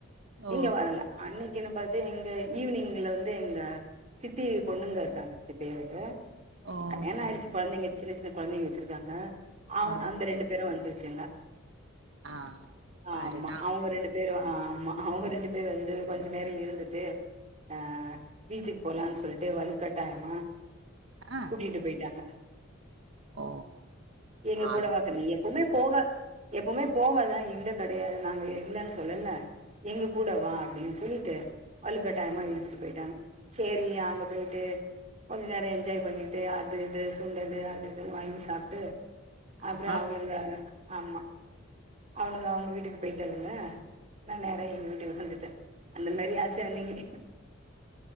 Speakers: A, on the right (about 65°); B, on the right (about 35°).
A: ஓ
B: நீங்க வரல அன்னைக்கு னை பாத்து எங்க ஈவினிங்ல வந்து எங்க சித்தி பொண்ணுங்க இருக்காங்க ரெண்டு பேரு
A: ஓ
B: கல்யாணம்
A: சரி
B: ஆயிச்சு
A: சரி
B: குழந்தைங்க சின்ன சின்ன த்தன குழந்தைங்க வச்சிருக்காங்க
A: ஓ
B: அந்த ரெண்டு பேரும் வந்துரு <unintelligible>
A: ஆ பாருனா
B: ஆமா அவங்க ரெண்டு பேரும் ஆ ம்மா அவங்க ரெண்டு பேர் வந்து கொஞ்ச நேரம் இருந்துட்டு அஹ் பீச்சுக்கு போலான்னு சொல்லிட்டு வழு கட்டாயமா
A: ஆ
B: கூட்டிட்டு போயிட்டாங்க
A: ஓ
B: எங்க
A: அ
B: கூடவாக்க நீ எப்பவுமே போக எப்பவுமே போவதான் இல்ல கிடையாது நாங்க இல்லன்னு சொல்லல எங்க கூட வா அப்டின்னு சொல்லிட்டு வழுக் கட்டாயமா இழுதிட்டு போயிட்டாங்க செரி அங்க போயிட்டு கொஞ்ச நேரம் என்ஜாய் பண்ணிட்டு அது இது சுண்டலு அது இதுன்னு வாங்கி சாப்ட்டு அப்புறம்
A: ஆஹா
B: அவளுங்க ஆமா அவனுங்க அவங்க வீட்டுக்கு போயிட்டல்லங்க நான் நேர எங்க வீட்டுக்கு வந்துட்டேன் அந்த மாரி ஆச்சி அன்னைக்கி